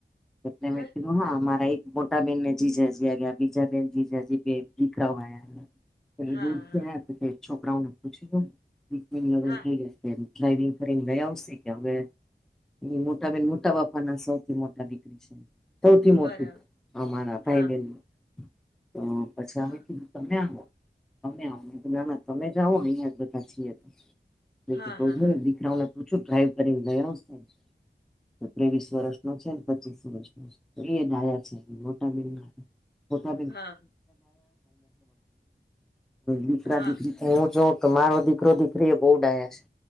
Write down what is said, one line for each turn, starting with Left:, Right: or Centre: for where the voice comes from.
Centre: છે
Left: હે
Centre: ને. હા, મારા એક મોટા બેનને જીજાજી ગ્યા. બીજા બેન, જીજાજી બે દીકરાઓ પર
Left: હા
Centre: દૂર થી
Left: હા
Centre: ગયા છોકરાઓને પૂછીન થઈ
Left: હા
Centre: જશે. દ લઈવી પરિગઓ સગયો <unintelligible> એ મોટાબેન મોટા બાપાના સૌથી મોટા દીકરી છે. સૌથી
Left: બરાબર
Centre: મોટું અમારા ભાઈ-બેનમા.
Left: હા
Centre: તો પછી આવે
Left: હા
Centre: કીધું, તમે આવો. તમે આવો ના. તમે જા આવો, અહીયાં જ બધા છી તો
Left: હા હા હા
Centre: રે દીકરા. તું શું, ડ્રાઈવ કરી ગયા ગયા હશે? તો ત્રેવીસ વર્ષ નો છે, પચીસ વર્ષ નો છે. તો એ દયા છે, મોટા બેન ના. મોટાને
Left: હા
Centre: દીકરા-દીકરી
Left: હા
Centre: <unintelligible> હું જોઉં તો મારો દીકરો-દીકરી એ બહુ ડાયા છે